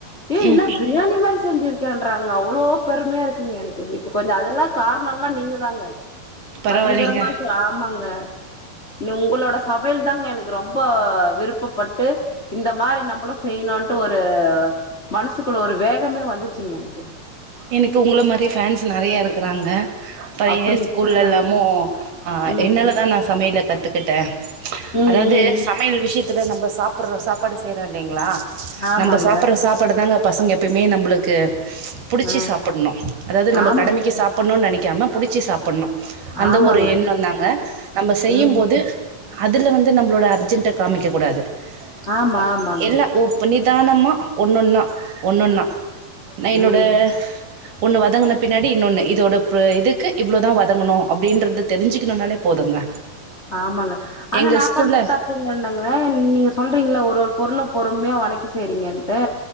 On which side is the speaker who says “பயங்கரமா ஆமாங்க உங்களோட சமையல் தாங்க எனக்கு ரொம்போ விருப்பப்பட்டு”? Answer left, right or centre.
Left